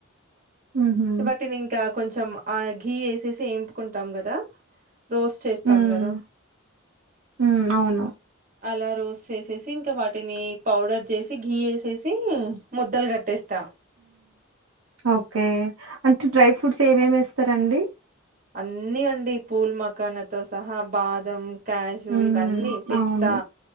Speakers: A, on the right; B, on the right.
A: హుహు.
B: వా వాటిని ఇంకా కొంచెం ఆఘీ వేసే చేయిపుకుంటాం కదా రోజ చేస్తాం
A: హ్మ్.
B: కదా
A: హ్మ్. అవును.
B: అలా రోస్ట్ చేసేసి ఇంకా వాటిని పౌడర్ చేసి గీ వేసేసి ముద్దలు కట్టేస్తా
A: ఓకే అంటే డ్రై ఫ్రూట్స్ ఏమేమి ఇస్తారండి
B: అన్ని అండి పూల్ మకాన్తో సహా బాదం క్యాషు
A: హ్మ్.
B: ఇవన్నీ పిస్తా
A: అవును.